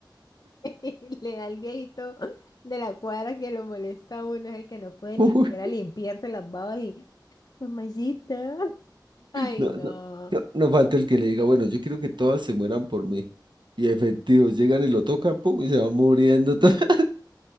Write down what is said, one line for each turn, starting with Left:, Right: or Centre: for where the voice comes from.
Left: <laughs> Le da el viejito de la cuadra que lo molesta a uno, es el que no puede
Right: <laughs>
Left: ni
Right: uy,
Left: siquiera limpiarse las babas y, mamacita. Ay,
Right: no,
Left: no.
Right: no, no, no falta el que le diga, bueno, yo quiero que todas se mueran por mí, y efectivo, llegan y lo tocan, pum, y se va muriendo <laughs>